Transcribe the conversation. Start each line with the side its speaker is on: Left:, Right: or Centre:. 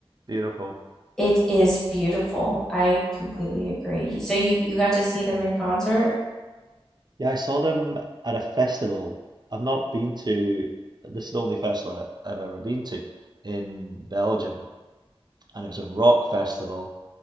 Right: beautiful.
Centre: It is beautiful. I completely agree. So you you got to see them in concert?
Right: Yeah, I saw them at a festival. I've not been to, this is the only festival I- I've ever been to in Belgium. And it was a rock festival,